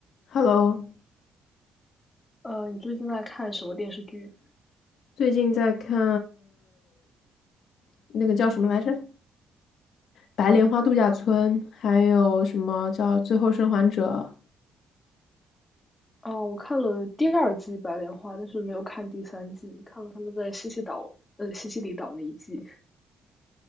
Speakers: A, on the left; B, on the left.
A: Hello，
B: 呃，你最近在看什么电视剧？
A: 最近在看那个叫什么来着，《白莲花度假村》，还有什么叫《最后生还者》。
B: 哦，我看了第二季《白莲花》，但是没有看第三季，看了他们在西西岛，呃，西西里岛那一季。